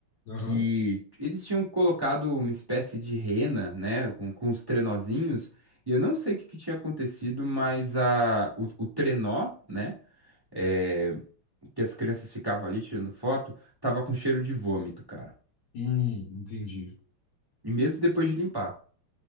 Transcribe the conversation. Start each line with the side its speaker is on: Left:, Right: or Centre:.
Left: Aham.
Right: que eles tinham colocado uma espécie de rena, né, com, com os trenozinhos, e eu não sei o que, que tinha acontecido, mas a o, o trenó, né, é, que as crianças ficavam ali tirando foto, tava com cheiro de vômito, cara.
Left: Hum, entendi.
Right: E mesmo depois de limpar.